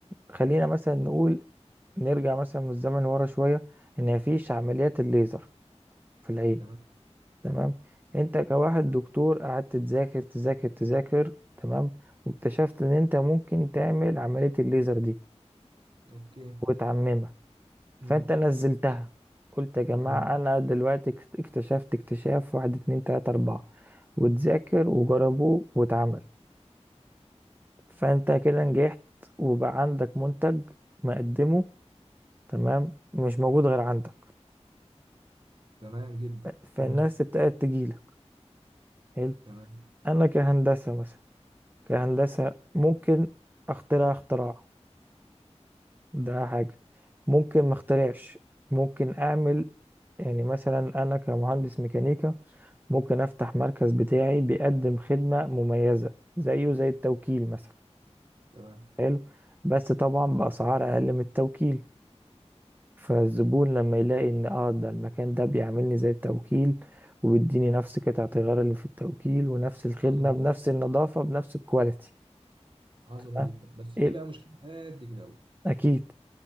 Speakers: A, on the right (about 15°); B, on the right (about 45°).
A: خلينا مثلا نقول نرجع مثلا من الزمن ورا شوية ان مفيش عمليات الليزر في العين
B: تمام
A: تمام انت كواحد دكتور قعدت تذاكر تذاكر تذاكر تمام واكتشفت ان انت ممكن تعمل عملية الليزر دي
B: اوكي
A: وتعممها فانت
B: امم
A: نزلتها قلت يا جماعة
B: تمام
A: انا دلوقتي اكت- اكتشفت اكتشاف واحد اتنين تلاتة اربعة وتذاكر وجربوه واتعمل فانت كده نجحت وبقى عندك منتج مقدمه تمام مش موجود غير عندك
B: تمام جدا
A: فالناس
B: فهمت
A: ابتدت تجيلك حلو
B: تمام
A: انا كهندسة مثلا كهندسة ممكن اخترع اختراع ده حاجة ممكن ما اخترعش ممكن اعمل يعني مثلا انا كمهندس ميكانيكا ممكن افتح مركز بتاعي بيقدم خدمة مميزة زيه زي التوكيل مثلا
B: تمام
A: حلو بس طبعا بأسعار اقل من التوكيل فالزبون لما يلاقي ان اه ده المكان ده بيعملني زي التوكيل وبيديني نفس قطعة الغيار اللي في التوكيل ونفس الخدمة
B: عظمه
A: بنفس
B: جدا
A: النظافة بنفس الكواليتي
B: عظمه
A: تمام؟
B: جدا بس
A: إيه؟
B: في بقى مشكله قد كده أوي.
A: اكيد